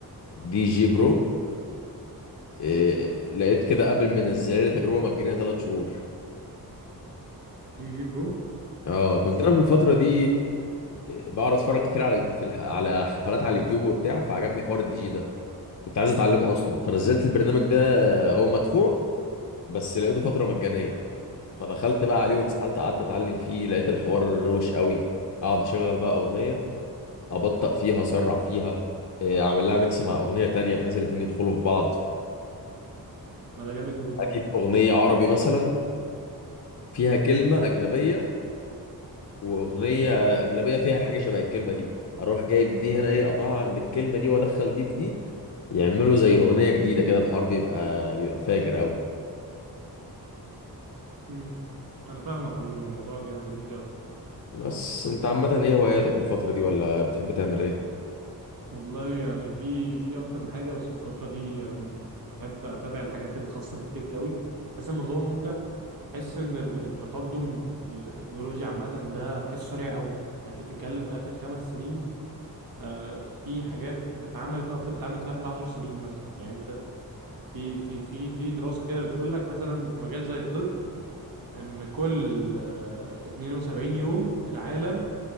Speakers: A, on the left; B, on the right.
A: دي جي برو إيه لقيت كده قبل ما انزلها لي تجربه مجانيه ثلاث شهور
B: دي جي برو
A: اه كنت
B: مش
A: انا في الفتره دي آه، بقعد اتفرج كتير على في الح... على حفلات على اليوتيوب وبتاع فعجبني حوار الدي جي ده كنت عايز اتعلمه اصلا فنزلت البرنامج ده هو مدفوع بس لقيته فتره مجانيه فدخلت بقى عليه
B: طب
A: واتسالت قعدت اتعلم فيه لقيت الحوار روش قوي اقعد اشغل بقى اغنيه ابطأ فيها اسرع فيها آه، اعمل لها ميكس مع اغنيه تانية بحيث الاتنين يدخلوا في بعض
B: ما ده جامد مود
A: اجيب
B: ده
A: اغنيه عربي مثلا فيها كلمه اجنبيه واغنيه اجنبيه فيها حاجه شبه الكلمه دي اروح جايب دي هنا ايه اقطعها عند الكلمه دي وادخل دي في دي يعملوا زي اغنيه جديده كده الحوار بيبقى بيبقى فاجر قوي
B: امم انا فاهمك عموما الموضوع جا- لذيذ قوي
A: بس انت عامه ايه هواياتك الفتره دي ولا بتحب تعمل ايه
B: والله يعني في في اكتر من حاجه بس الفتره دي انا م- بحب اتابع الحاجات الخاصه بالتك قوي بحس الموضوع ممتع بحس ان ال- التقدم ال- التكنولوجيا عامه ده بحسه سريع قوي يعني انت بتتكلم في اخر خمس سنين آه في حاجات اتعملت اكتر ما اتعملت في اخر عشر سنين مثلا يعني انت في في في في دراسه كده بتقول لك مثلا في مجال زي الطب ان كل آه 72 يوم العالم